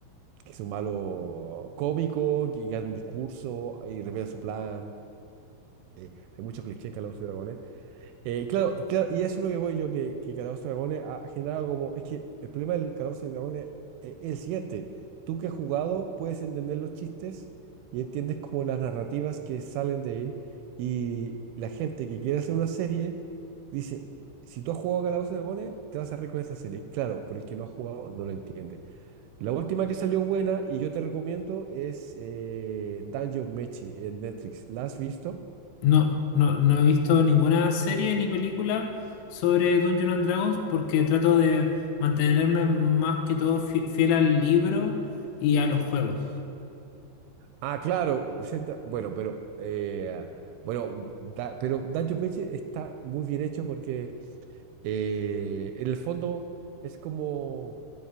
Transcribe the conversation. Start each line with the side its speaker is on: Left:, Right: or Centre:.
Right: que es un malo cómico, que gana un discurso y revela su plan. eh, hay mucho cliché en Calabozos y Dragones. Eh, y claro, y claro, y eso es lo que voy yo, que, que Calabozos y Dragones ha ha generado como... Es que el problema del Calabozos y Dragones es, es el siguiente. Tú que has jugado puedes entender los chistes y entiendes como las narrativas que salen de ahí. Y la gente que quiere hacer una serie dice, si tú has jugado Calabozos y Dragones, te vas a reír con esta serie. Claro, pero el que no ha jugado no lo entiende. La última que salió buena y yo te recomiendo es eh, Danjo Mechi en Netflix. ¿La has visto?
Left: No, no, no he visto ninguna serie ni película sobre Dungeon and Dragons porque trato de mantenerme más que todo fi- fiel al libro y a los juegos.
Right: Ah, claro. Z- bueno, pero eh, bueno, da- pero Danjo Mechi está muy bien hecho porque eh, en el fondo es como,